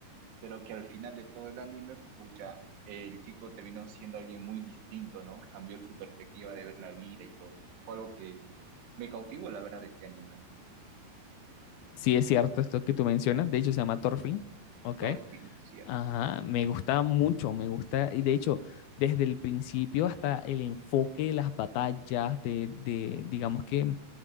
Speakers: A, on the right; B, on the left.
A: pero que al final de todo el anime, pucha, el chico terminó siendo alguien muy distinto, ¿no? Cambió su perspectiva de ver la vida y todo. Fue algo que me cautivó, la verdad, de este anime.
B: Sí, es cierto esto que tú mencionas. De hecho, se llama Thorfinn, ¿ok?
A: Thorfinn, ¿cierto?
B: Ajá, me gusta mucho, me gusta, y de hecho, desde el principio hasta el enfoque de las batallas, de, de, digamos que,